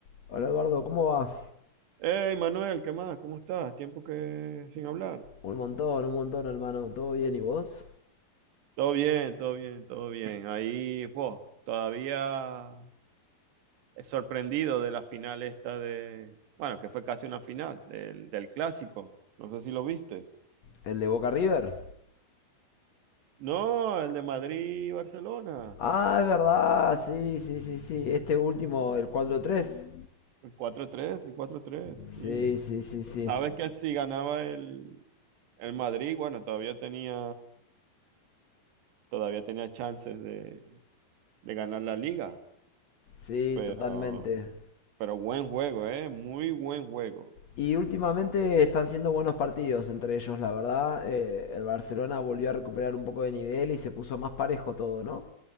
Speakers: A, on the left; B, on the right.
A: Hola Eduardo, ¿cómo va?
B: Hey Manuel, ¿qué más? ¿Cómo estás? Tiempo que sin hablar.
A: Un montón, un montón, hermano. ¿Todo bien y vos?
B: Todo bien, todo bien, todo bien. Ahí, vos, todavía sorprendido de la final esta de, bueno, que fue casi una final del, del clásico. No sé si lo viste.
A: ¿El de Boca River?
B: No, el de Madrid-Barcelona.
A: Ah, es verdad, sí, sí, sí, sí. Este último, el cuatro tres.
B: El cuatro tres, el cuatro tres.
A: Sí,
B: sí.
A: sí, sí, sí.
B: Sabes que si ganaba el, el Madrid, bueno, todavía tenía, todavía tenía chances de, de ganar la liga,
A: Sí,
B: pero...
A: totalmente.
B: Pero buen juego, ¿eh? Muy buen juego.
A: Y últimamente están siendo buenos partidos entre ellos, la verdad. Eh, el Barcelona volvió a recuperar un poco de nivel y se puso más parejo todo, ¿no?